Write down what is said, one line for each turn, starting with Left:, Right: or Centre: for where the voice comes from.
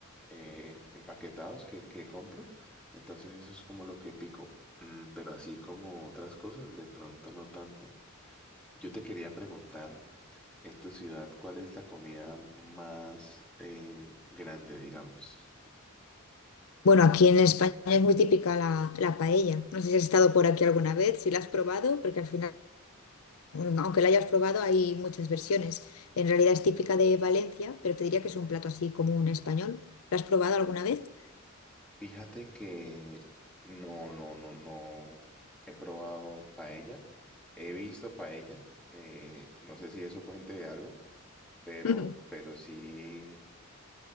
Centre: eh, empaquetados que, que compro. Entonces eso es como lo que pico. Mm, pero así como otras cosas, de pronto no tanto. Yo te quería preguntar. En tu ciudad, ¿cuál es la comida más eh, grande, digamos?
Left: Bueno, aquí en España es muy típica la, la paella. No sé si has estado por aquí alguna vez, si la has probado, porque al final, mm, aunque la hayas probado, hay muchas versiones. En realidad es típica de Valencia, pero te diría que es un plato así como un español. ¿La has probado alguna vez?
Centre: Fíjate que no, no, no, no he probado paella. He visto paella. eh, no sé si eso cuente de algo, pero,
Left: <laughs>
Centre: pero sí